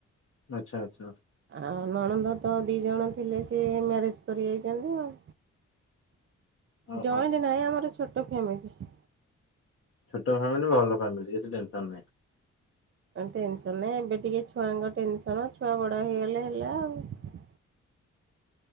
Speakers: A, on the left; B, on the right.
A: ଆଚ୍ଛା ଆଚ୍ଛା।
B: ଆଉ ନଣନ୍ଦ ତ ଦି ଜଣ ଥିଲେ ସିଏ ମ୍ୟାରେଜ କରି ଯାଇଚନ୍ତି ଆଉ।
A: <unintelligible> ଓହୋ।
B: ଜଏଣ୍ଟ ନାହିଁ ଆମର ଛୋଟ ଫ୍ୟାମିଲି।
A: ଛୋଟ ଫ୍ୟାମିଲି ଭଲ ଫ୍ୟାମିଲି କିଛି ଟେନସନ ନାହିଁ।
B: ଟେନସନ ନାହିଁ ଏବେ ଟିକେ ଛୁଆଙ୍କ ଟେନସନ, ଛୁଆ ବଡ ହେଇଗଲେ ହେଲା ଆଉ।
A: <unintelligible>